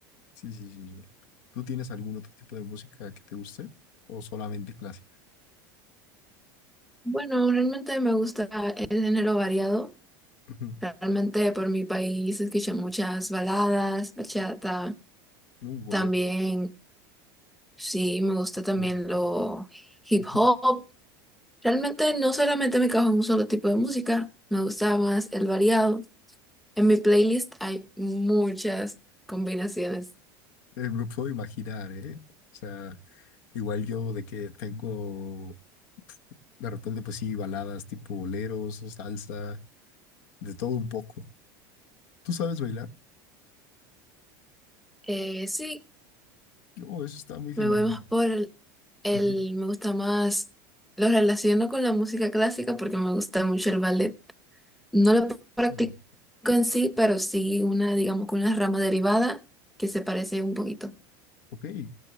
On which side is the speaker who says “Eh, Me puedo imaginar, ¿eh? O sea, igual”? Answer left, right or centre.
Left